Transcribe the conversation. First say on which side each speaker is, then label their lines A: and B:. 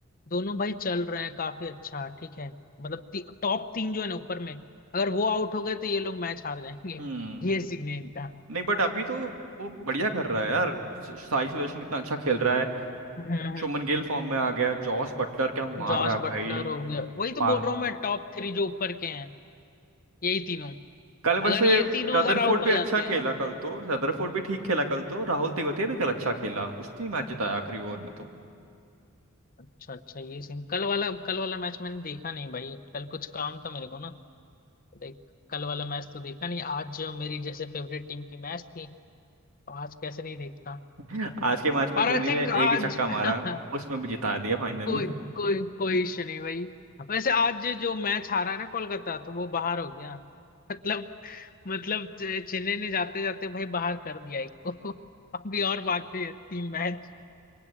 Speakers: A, on the left; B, on the right.
A: दोनों भाई चल रहे हैं काफी अच्छा ठीक है मतलब ती, टॉप तीन जो है ना ऊपर में अगर वो आउट हो गए तो ये लोग मैच हार जाएंगे
B: हम्म
A: <laughs> ये सीन है इनका
B: नहीं बट अभी तो वो बढ़िया कर रहा है यार स- साई सुदर्शन कितना अच्छा खेल रहा है
A: हम्म, हम्म,
B: शुभमन गिल
A: हम्म।
B: फॉर्म में आ गया जॉस बटलर क्या मार
A: जॉस
B: रहा
A: बटलर
B: है
A: हो गया वही तो
B: भाई
A: बोल रहा हूँ मैं टॉप थ्री जो ऊपर के हैं यही तीनों
B: कल वैसे
A: अगर ये तीनों
B: रदरफोर्ड
A: अगर आउट
B: भी
A: हो
B: अच्छा
A: जाते हैं
B: खेला कल तो रदरफोर्ड भी ठीक खेला कल तो राहुल तेवतिया भी कल अच्छा खेला उसने मैच जिताया आखिरी ओवर में तो
A: अच्छा अच्छा ये सीन कल वाला कल वाला मैच मैंने देखा नहीं भाई कल कुछ काम था मेरे को ना लाइक कल वाला मैच तो देखा नहीं आज जो मेरी जैसे फेवरेट टीम की मैच थी तो आज कैसे नहीं देखता
B: <laughs> आज के मैच में
A: और
B: धोनी
A: आई थिंक
B: ने एक
A: आज
B: ही छक्का मारा
A: <laughs>
B: उसमें भी जिता दिया फाइनल
A: कोई
B: में <laughs>
A: कोई कोई इशू नहीं भाई वैसे आज जो मैच हारा है ना कोलकाता तो वो बाहर हो गया मतलब मतलब चे- चेन्नई ने जाते जाते भाई बाहर कर दिया एक को <laughs> अभी और बाकी है तीन मैच